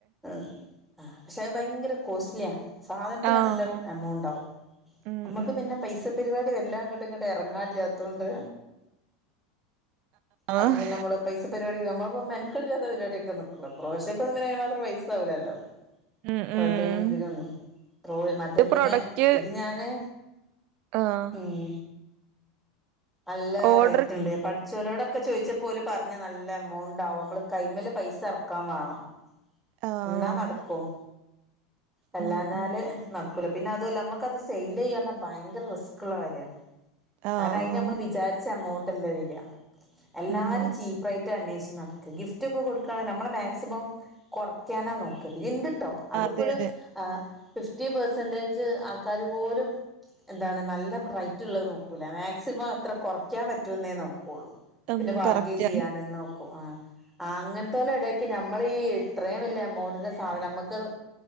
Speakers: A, in the centre; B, on the right.
A: എഹ് ആഹ് പക്ഷെ അത് ഭയങ്കര കോസ്റ്റ്ലിയാണ് സാധനത്തിന്
B: ആഹ്
A: നല്ല എമൗണ്ട് ആകും
B: ഉം
A: നമ്മക്ക്
B: ഉം
A: പിന്നെ പൈസ പരിപാടി വാല്ലാ ഇങ്ങട്ട് ഇങ്ങട്ട് എറങ്ങാല്ല്യാത്തോണ്ട്
B: ആഹ്
A: അപ്പ പിന്നെ അമ്മള് പൈസ പരിപാടിക്ക് ഞമ്മള്പ്പൊ മെൻക്കെട് ഇല്ലാത്ത പരിപാടിക്കെ നിക്കൊള്ളു ക്രോഷോക്കൊന്നും പിന്നെ അയ്‌ന്മാത്രം പൈസ ആവുല്ലല്ലോ
B: ഉം
A: ത്രെഡിനും
B: ഉം
A: ഇതിനൊന്നും ത്രോൾ മറ്റേ
B: ഇത്
A: ഇതിന്
B: പ്രൊഡക്റ്റ്
A: ഇത്‌ ഞാന്
B: ആഹ്
A: ഉം നല്ല
B: ഓർഡർ
A: റൈറ്റ്ണ്ട് പഠിച്ചോലൊടൊ ക്കെ ചോയ്ച്ചപ്പൊ ഓല് പർഞ് നല്ല എമൗണ്ട് ആകും മ്മള് കൈമല് പൈസ എറക്കാൻ വാണം
B: ആഹ്
A: ഇന്നാ നടക്കും അല്ലാഞ്ഞാല്
B: ഉം ഉം
A: നടക്കൂല പിന്നെ അതുഅല്ല അമ്മക്കത് സെയ്ല് ചെയ്യാർഞ്ഞ ഭയങ്കര റിസ്ക്ക്ള്ള കാര്യാ
B: ആഹ്
A: കാരണം അയ്ന് ഞമ്മള് വിചാരിച്ച എമൗണ്ട് അല്ല വെരാ എല്ലാരും
B: ഉം
A: ചീപ്പ് റയ്റ്റ് അന്വേഷിച്ചു നട ക്ക് ഗിഫ്റ്റ് ഒക്കെ കൊട്ക്കാണെ നമ്മള് മാക്സിമം കുറയ്ക്കാനാ നോക്ക പിന്നിം ഇണ്ട്ട്ടോ അത്പ്പൊര്
B: അതെ അതെ
A: ആഹ് ഫിഫ്റ്റി പേർസന്റെജ് ആൾക്കാര് പോലും എന്താണ് നല്ല റൈറ്റ് ഇള്ളഹ് നോക്കൂല മാക്സിമം എത്ര കൊറയ്ക്കാൻ പറ്റുംന്നെ നോക്കൊള്ളൂ
B: ഉം
A: പിന്നെ ബാർഗ്യിം
B: കറക്റ്റാണ്
A: ചെയ്യാനും നോക്കും ആഹ് ആഹ് അങ്ങൻത്തോലെ എടേ ക്ക് ഞമ്മള് ഈ ഇത്രേം വല്ല്യെ എമൗണ്ട്ന്റെ സാധനം ഞമ്മക്കത്